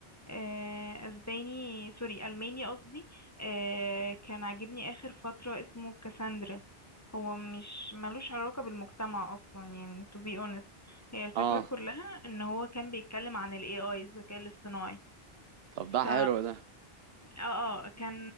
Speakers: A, on the left; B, on the right.
A: آه، اسباني سوري الماني قصدي آه، كان عاجبني اخر فتره اسمه كاساندرا هو مش ملوش علاقه بالمجتمع اصلا يعني to be honest هي الفكره
B: اه
A: كلها ان هو كان بيتكلم عن ال AI الذكاء الاصطناعي
B: طب ده
A: ف
B: حلو ده
A: اه اه كان